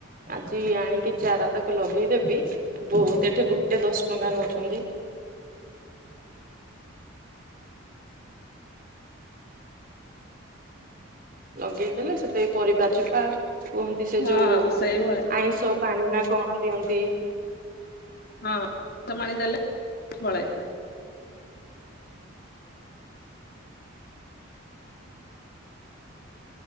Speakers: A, on the right (about 40°); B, on the left (about 45°).
A: ଆଜି ଆଣିକି ଚାରା ତାକୁ ଲଗେଇଦେବି ବହୁତ ଏଠି ଗୋଟେ ଦଶ ଟଙ୍କା ନଉଛନ୍ତି। ଲଗେଇଦେଲେ ସେପେ ପରିବା ଚୋପା କୁହନ୍ତି ସେ
B: ହଁ
A: ଯୋଉ
B: ସେଇଭଳିଆ
A: ଆଇଁଷ ପାଣି ନା କଣ ଦିଅନ୍ତି?
B: ହଁ <unintelligible> ଦେଲେ <unintelligible> ଫଳେ